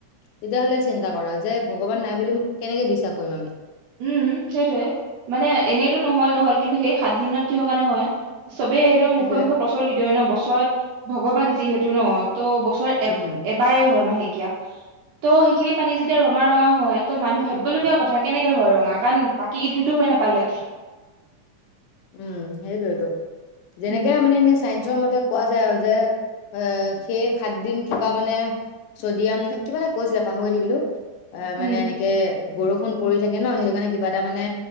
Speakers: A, on the left; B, on the right.
A: তেতিয়াহ'লে চিন্তা কৰা যে, ভগৱান নাই বুলি কেনেকে বিশ্বাস কৰিম আমি।
B: উম, সেইটোৱে মানে এনেইতো নহ'ল নহ'ল কিন্তু সেই সাত দিনত কিহৰ কাৰণে হয়। চবেই এনেও
A: সেইটোৱে
B: মুখে মুখে প্ৰচলিতই ন বছৰত ভগৱান যিহেতু ন ত' বছ ৰত
A: উম
B: এবাৰে হয় মাহেকীয়া। ত' সেইখিনি পানী যেতিয়া ৰঙা ৰঙা হয় ত' মানুহ ভাবিবলগীয়া কথা কেনেকে হয় ৰঙা কাৰণ বাকী কেইদিনটো হয় নাপালে
A: উম' সেইটোৱেটো যেনেকে
B: উম
A: মানে এনেই চাইন্সৰ মতে কোৱা যায় আৰু যে অ' সেই সাত দিন কিবা মানে ছদিয়াম নে কিবা এটা কৈছিলে পাহৰি থাকিলো অ'
B: উম
A: মানে এনেকে কে বৰষুণ পৰি থাকে ন সেইটো কাৰণে কিবা এটা মানে